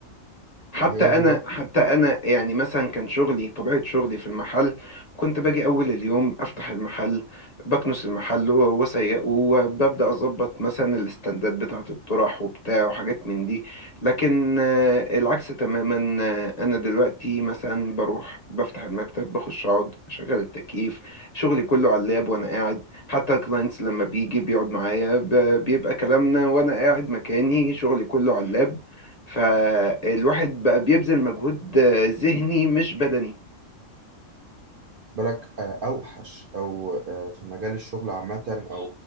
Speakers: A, on the left; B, on the right.
A: حتى
B: يعني هي
A: انا
B: دي بقى-
A: حتى انا يعني مثلا كان شغلي طبيعه شغلي في المحل كنت باجي اول اليوم افتح المحل بكنس المحل و- واسيقه وببدا اظبط مثلا الاستندات بتاعه الطرح وبتاع وحاجات من دي لكن آه، العكس تماما آه، انا دلوقتي مثلا بروح بفتح المكتب بخش اقعد اشغل التكييف شغلي كله على اللاب وانا قاعد حتى الكلاينتس لما بيجي بيقعد معايا ب- بيبقى كلامنا وانا قاعد مكاني شغلي كله على اللاب فالواحد بقى بيبذل مجهود آه، ذهني مش بدني
B: بالك آه، اوحش او آه، في مجال الشغل عامه او